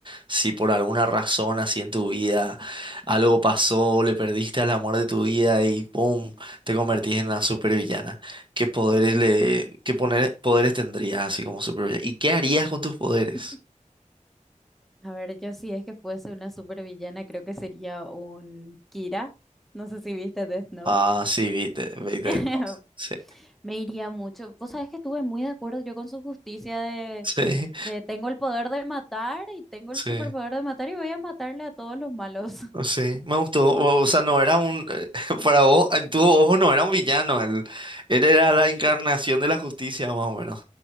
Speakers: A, on the right (about 40°); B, in the centre.
A: Si por alguna razón así en tu vida algo pasó, le perdiste al amor de tu vida y ¡pum! te convertís en una supervillana. ¿Qué poderes le, qué poner, poderes tendrías así como supervillana? ¿Y qué harías con tus poderes?
B: <laughs> A ver, yo si es que fuese una supervillana, creo que sería un Kira. No sé si viste Death Note.
A: Ah, sí, viste, viste,
B: <laughs>
A: no, sí,
B: Me iría mucho. Vos sabés que estuve muy de acuerdo yo con su justicia de,
A: sí,
B: de tengo el poder de matar y tengo
A: sí,
B: el superpoder de matar y voy a matarle a todos los malos. <laughs>
A: no, sí, me gustó. O, o sea, no era un, <laughs> para vos, en tu ojo no era un villano, él, él era la encarnación de la justicia más o menos.